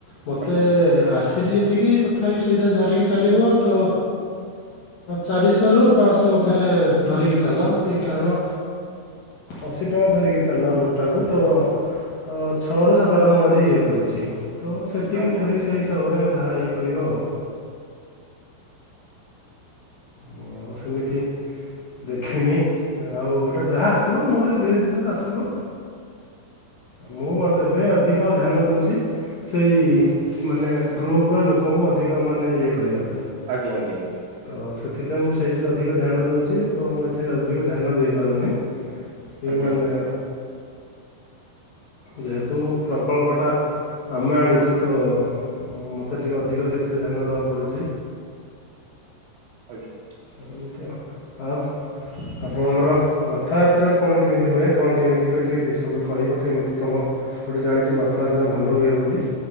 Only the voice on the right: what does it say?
ଆଜ୍ଞା
ଆଜ୍ଞା
ଆଜ୍ଞା
ଆଜ୍ଞା ଆଜ୍ଞା ଆଜ୍ଞା।
ଆଜ୍ଞା
<unintelligible>